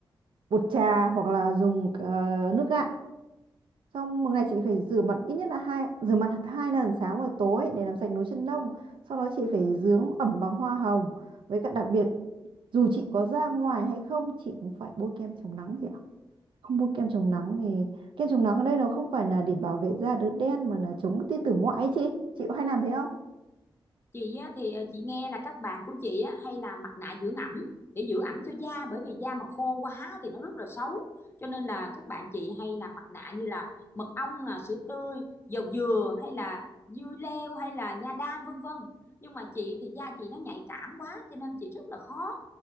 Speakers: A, on the right; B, on the left.
A: bột trà hoặc là dùng ờ, nước gạo. Xong một ngày chị phải rửa mặt ít nhất là hai rửa mặt hai lần sáng và tối để làm sạch nốt chân lông. Sau đó chị phải dưỡng ẩm bằng hoa hồng. Với cả đặc biệt dù chị có ra ngoài hay không chị cũng phải bôi kem chống nắng chị ạ không mua kem chống nắng vì kem chống nắng ở đây nó không phải là để bảo vệ da đốm đen mà là chống tia tử ngoại ấy chị chị có hay làm thế không
B: chị á, thì ờ, chị nghe là các bạn của chị á, hay làm mặt nạ dưỡng ẩm để giữ ẩm cho da bởi vì da mà khô quá thì nó rất là xấu cho nên là các bạn chị hay làm mặt nạ như là mật ong là sữa tươi dầu dừa hay là dưa leo hay là nha đam vân vân nhưng mà chị thì da chị nó nhạy cảm quá cho nên chị rất là khó